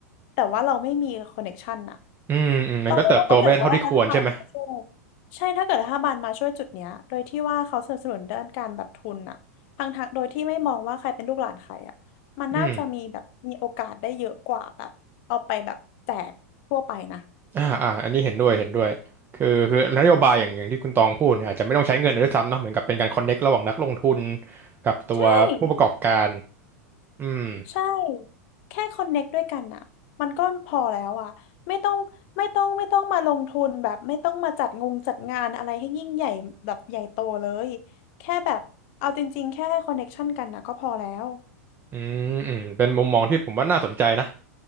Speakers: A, on the left (about 50°); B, on the right (about 25°).
A: แต่ว่าเราไม่มีคอนเน็กชันอะ
B: อืมอืมมันก็เติบโตไม่ได้เท่าที่ควรใช่ไหม
A: ต้องว่าถ้าเกิดว่ารัฐบาลมาช่วยใช่ถ้าเกิดรัฐบาลมาช่วยจุดเนี้ยโดยที่ว่าเขาสนับสนุนด้านการแบบทุนอะทางทางโดยที่ไม่มองว่าใครเป็นลูกหลานใครอะมันน่าจะมีแบบมีโอกาสได้เยอะกว่าแบบเอาไปแบบแจกทั่วไปนะ
B: อืมอ่าอ่าอันนี้เห็นด้วยเห็นด้วยคือคือนโยบายอย่างอย่างที่คุณตองพูดเนี่ยอาจจะไม่ต้องใช้เงินด้วยซ้ำเนาะเหมือนกับเป็นการคอนเน็กระหว่างนักลงทุนกับตัวผู้ประกอบการ
A: ใช่
B: อืม
A: ใช่แค่คอนเน็กด้วยกันอ่ะมันก็พอแล้วอ่ะไม่ต้องไม่ต้องไม่ต้องมาลงทุนแบบไม่ต้องมาจัดงงจัดงานอะไรให้ยิ่งใหญ่แบบใหญ่โตเลยแค่แบบเอาจริงๆแค่ให้คอนเน็กชันกันนะก็พอแล้ว
B: อืมอืมเป็นมุมมองที่ผมว่าน่าสนใจนะ